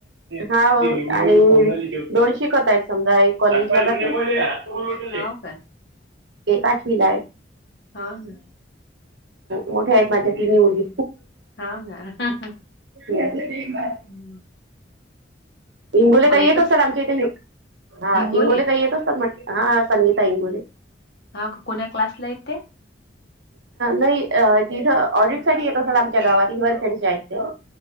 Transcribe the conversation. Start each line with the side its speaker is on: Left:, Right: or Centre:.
Right: हाव आणि दोन शिकत आहेत समजा, एक कॉलेजला जाती.
Left: हाव
Right: <inaudible>
Left: काय?
Right: एक आठवीला हाय.
Left: हो ना.
Right: मोठे आहेत माझ्या तिन्ही मुली.
Left: हो ना.
Right: ते ते <unintelligible>
Left: हम्म.
Right: इंगोले ताई
Left: एकच
Right: येत असतात आमच्या इथे, हा
Left: हिंगोली?
Right: इंगोले ताई येत असतात म्हंटले. हा संगीता इंगोले.
Left: हा कोण्या क्लासला येते?
Right: नाही अ ते इथं ऑडिटसाठी येत असतात आमच्या गावात. हिवरखेडच्या आहेत त्या.